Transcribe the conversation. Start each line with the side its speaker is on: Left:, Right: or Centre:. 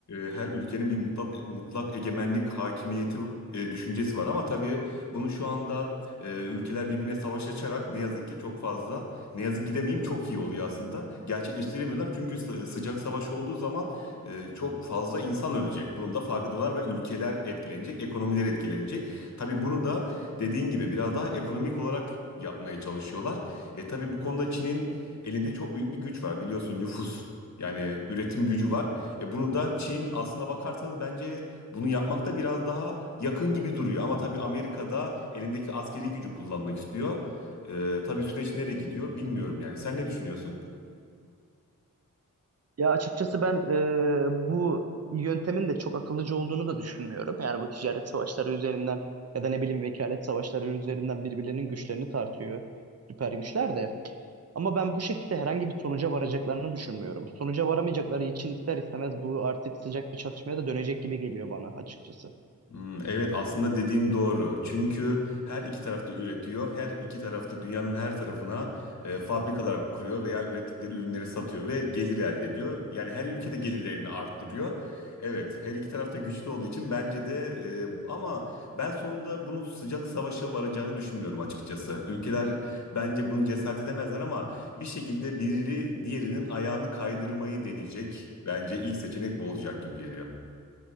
Left: e, her ülkenin bir mutlak mutlak egemenlik hakimiyeti e, düşüncesi var ama tabii bunu şu anda e, ülkeler birbirine savaş açarak ne yazık ki çok fazla ne yazık ki demeyeyim çok iyi oluyor aslında gerçekleştiremiyorlar çünkü sı- sıcak savaş olduğu zaman e, çok fazla insan ölecek bunun da farkındalar ve ülkeler etkilenecek ekonomiler etkilenecek tabii bunu da dediğin gibi biraz daha ekonomik olarak yapmaya çalışıyorlar. E tabii bu konuda Çin'in elinde çok büyük bir güç var biliyorsun nüfus. Yani üretim gücü var. E bunu da Çin aslına bakarsanız bence bunu yapmakta biraz daha yakın gibi duruyor. Ama tabii Amerika'da elindeki askeri gücü kullanmak istiyor. E, tabii süreç nereye gidiyor bilmiyorum yani. Sen ne düşünüyorsun?
Right: Ya açıkçası ben e, bu yöntemin de çok akıllıca olduğunu da düşünmüyorum. Yani bu ticaret savaşları üzerinden ya da ne bileyim vekalet savaşları üzerinden birbirlerinin güçlerini tartıyor süper güçler de. Ama ben bu şekilde herhangi bir sonuca varacaklarını düşünmüyorum. Sonuca varamayacakları için ister istemez bu artık sıcak bir çatışmaya da dönecek gibi geliyor bana açıkçası.
Left: Hmm, evet aslında dediğin doğru. Çünkü her iki tarafta üretiyor. Her iki tarafta dünyanın her tarafına e, fabrikalar kuruyor veya ürettikleri ürünleri satıyor ve gelir elde ediyor. Yani her ülkede gelirlerini arttırıyor. Evet her iki tarafta güçlü olduğu için bence de e, ama ben sonunda bunun sıcak savaşa varacağını düşünmüyorum açıkçası. Ülkeler bence bunu cesaret edemezler ama bir şekilde biri diğerinin ayağını kaydırmayı deneyecek. Bence ilk seçenek bu olacak gibi geliyor.